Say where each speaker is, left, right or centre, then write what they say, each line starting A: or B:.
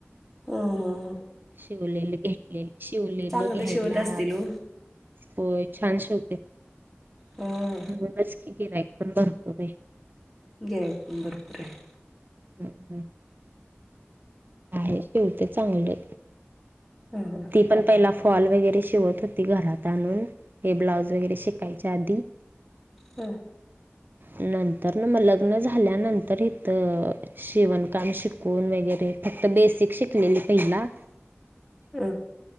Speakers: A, in the centre; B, on the right (about 50°).
A: ह ह
B: शिवलेलं घेतले शिवलेलं
A: चांगलं
B: घ्यायला
A: शिवत असतील हो
B: होय छान शिव
A: हो.
B: म्हणूनच की गिरायक पण भरपूर आहेत.
A: गिराईक पण भरपूर आहेत.
B: हम्म हम्म आहे शेवटी चांगलं
A: ह हा
B: ी पण पहिला फॉल वगैरे शिवत होती घरात आणून हे ब्लाऊज वगैरे शिकायच्या आधी
A: ह
B: नंतर न मग लग्न झाल्यानंतर इथं शिवणकाम शिकून वगैरे फक्त बेसिक शिकलेली पहिला
A: हम